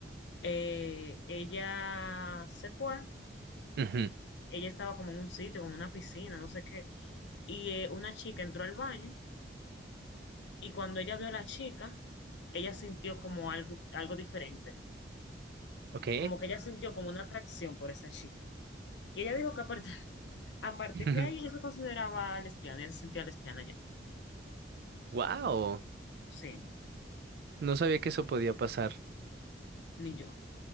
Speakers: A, on the left; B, on the right.
A: eh, ella se fue,
B: ujú,
A: ella estaba como en un sitio, como una piscina, no sé qué, y eh, una chica entró al baño y cuando ella vio a la chica, ella sintió como algo, algo diferente,
B: Ok.
A: como que ella sintió como una atracción por esa chica. Y ella dijo que a partir, <laughs> a partir
B: <laughs>
A: de ahí ella se consideraba lesbiana, ella se sentía lesbiana ya.
B: Wow.
A: Sí,
B: No sabía que eso podía pasar.
A: ni yo.